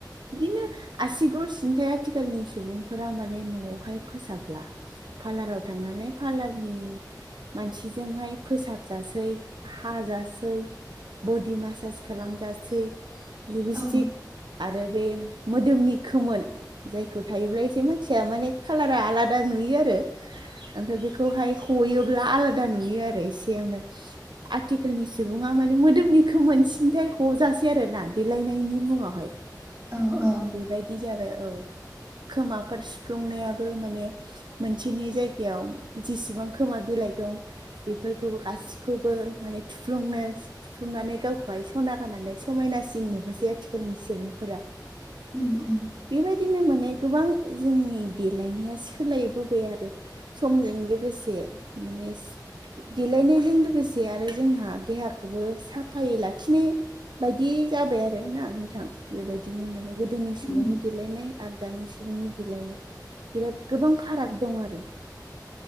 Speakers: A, on the right; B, on the right.
A: बिदिनो आसिगर सिन्थाय आथिखालनि सुबुंफोरा माने न'आवहाय फोसाब्ला पार्लाराव थांनानै पार्लारनि मानसिजोंहाय फोसाबजासै हाजासै बडि मासास खालामजासै लिपस्टिक
B: औ
A: आरो बे मोदोमनि खोमोन जायखौ थायोब्ला एसे मानसिया माने कालारा आलादा नुयो आरो ओमफ्राय बेखौहाय हयोब्ला आलादा नुयो आरो एसेयावे आथिखालनि सुबुङा थमाने मोदोमनिखौ मोनसिनथाय हजाासै आरो ना देलायनायनि मुङावहाय
B: औ औ
A: बेबायदि जाबाय औ खोमाफोर सिुफ्लुंनायाबो माने मोनसेनि जायगायाव जेसिबां खोमा बिलाइ दं बेफोरखौबो गासिखौबो माने थुफ्लुंनो सुंनानै गावखौहाय सना गनानै समायनासिन नुहोसै आथिखालनि सुबुंफोरा
B: उम उम
A: बेबायदिनो माने गोबां जोंनि देलायनाया सोलायबोबाय आरो समजों लोगोसे माने देलायनायजों लोगोसे आरो जोंहा देहाखौबो साफायै लाखिनो बायदि जाबाय आरोोना नोंथां बेबायदिनो माने गोदोनि सुबुंनि
B: उम
A: देलायनाय आरो दानि सुबुंनि देलायनाय बिराद गोबां फाराग दं आरो।